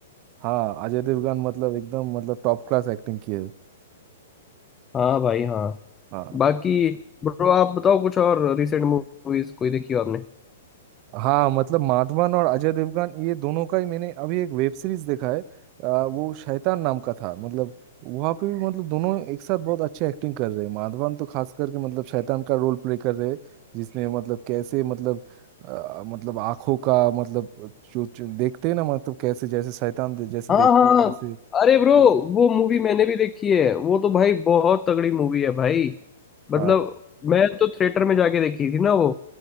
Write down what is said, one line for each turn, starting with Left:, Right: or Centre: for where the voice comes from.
Right: हाँ अजय देवगन मतलब एकदम मतलब टॉप क्लास एक्टिंग की है
Left: हाँ भाई हाँ
Right: हाँ
Left: बाकी ब्रो आप बताओ कुछ और रिसेंट मूवीज कोई देखी हो आपने
Right: हाँ मतलब माधवन और अजय देवगन ये दोनों का ही मैंने अभी एक वेब सीरीज देखा है आ, वो शैतान नाम का था मतलब वहाँ पे भी मतलब दोनों एक साथ बहुत अच्छे एक्टिंग कर रहे हैं माधवन तो खास करके मतलब शैतान का रोल प्ले कर रहे हैं जिसमें मतलब कैसे मतलब आ, मतलब आंखों का मतलब जो, जो देखते हैं ना मतलब कैसे जैसे शैतान दे- जैसे
Left: हाँ
Right: देखते
Left: हाँ
Right: हैं वैसे मतलब
Left: अरे ब्रो वो मूवी मैंने भी देखी है वो तो भाई बहुत तगड़ी मूवी है भाई मतलब
Right: हाँ
Left: मैं तो थिएटर में जाके देखी थी ना वो